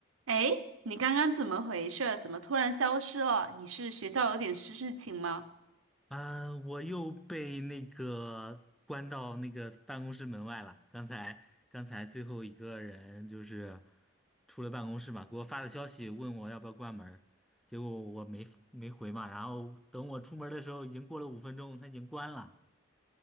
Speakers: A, on the right (about 85°); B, in the centre.
A: 哎，你刚刚怎么回事儿怎么突然消失了？你是学校有点事事情吗？
B: 啊，我又被那个关到那个办公室门外了。刚才刚才最后一个人就是出了办公室嘛，给我发的消息问我要不要关门儿结果我没没回嘛。然后等我出门儿的时候，已经过了五分钟，他已经关了。